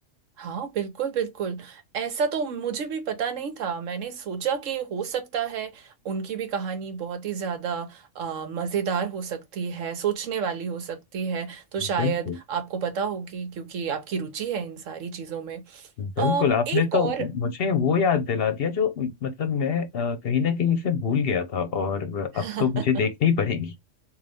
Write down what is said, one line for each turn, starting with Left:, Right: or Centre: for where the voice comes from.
Right: हाँ बिल्कुल बिल्कुल ऐसा तो मुझे भी पता नहीं था मैंने सोचा कि हो सकता है उनकी भी कहानी बहुत ही ज्यादा अ, मजेदार हो सकती है सोचने वाली हो सकती है तो शायद
Left: बिल्कुल
Right: आपको पता होगी क्योंकि आपकी रुचि है इन सारी चीजों में
Left: बिल्कुल
Right: अम,
Left: आपने
Right: एक
Left: तो
Right: और
Left: मुझे वो याद दिला दिया जो मतलब मैं अ, कहीं ना कहीं से भूल गया था और
Right: <laughs>
Left: अब तो मुझे देखनी ही पड़ेगी